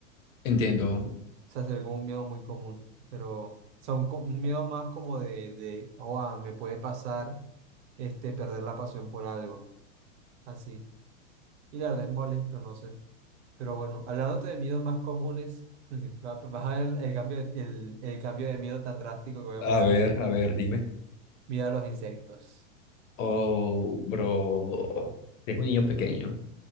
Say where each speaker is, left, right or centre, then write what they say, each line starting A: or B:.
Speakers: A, on the left; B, on the right.
A: entiendo.
B: O sea, se ve como un miedo muy común, pero, o sea, un, co- un miedo más como de, de, joda, me puede pasar, este, perder la pasión por algo, así. Y la verdad es molesto, no sé. Pero bueno, hablándote de miedos más comunes, <laughs> vas a ver el, el cambio, de- el, el cambio de miedo tan drástico que voy a pegar,
A: A ver, a ver, dime.
B: miedo a los insectos.
A: Oh, bro, es un niño pequeño.